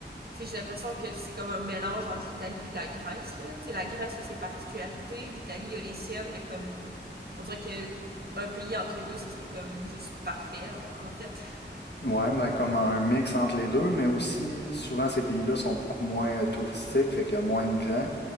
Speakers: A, on the right (about 55°); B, on the left (about 65°).
A: sais, j'ai l'impression que c'est comme un mélange entre l'Italie puis la Grèce, là. Tu sais, la Grèce a ses particularités, l'Italie a les siennes, mais comme, on dirait que un pays entre les deux, ce serait comme juste parfait, en, fait.
B: Ouais, ben comme un mix entre les deux, mais aussi souvent ces pays-là sont beaucoup moins euh, touristiques, fait qu'il y a moins de gens,